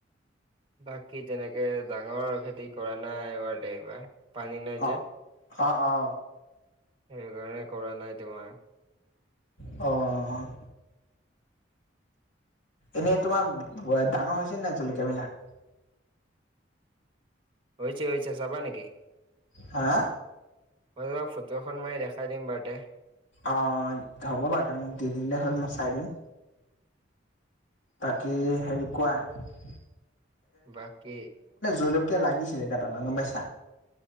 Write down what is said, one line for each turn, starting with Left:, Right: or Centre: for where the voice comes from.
Right: বাকী, তেনেকে ডাঙৰ খেতি কৰা নাই এইবাৰ, <unintelligible> পানী নাই
Left: অ।
Right: যে।
Left: অ, অ।
Right: সেইকাৰণে কৰা নাই তোমাৰ।
Left: অ'। এনেই তোমাৰ ডাঙৰ হৈছে নে নাই জলকীয়া বিলাক?
Right: হৈছে হৈছে চাবা নেকি?
Left: হা?
Right: মই তোমাক ফটো এখন মাৰি দেখাই দিম বাৰু তে।
Left: অ', হ'ব বাৰু তে মোক দি দিলে হ'ল মই চাই দিম। বাকী হেৰি কোৱা? <unintelligible>
Right: বাকী
Left: জলকীয়া লাগিছিলে কেইটামান গম পাইছা।